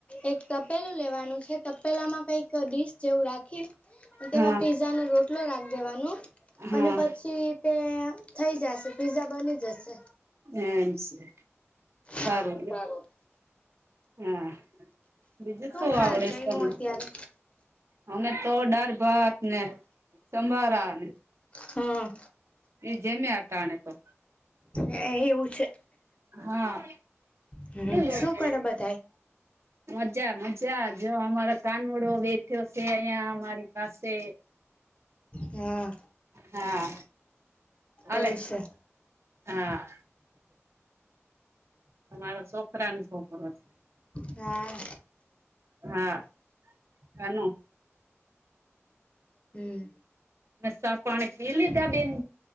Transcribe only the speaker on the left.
એક તપેલું લેવાનું છે, તપેલામાં કંઈક. ડીશ જેવું રાખી,
એમાં પિઝાનો રોટલો રાખી દેવાનો.
અને પછી તે થઈ જશે, પિઝા બની જશે.
હા, હારું.
ખા
જઈમો
અત્યારે
હમ
એવું છે.
હમ
શું કરે બધાય
હા
એવું છે
હા.
હમ્મ.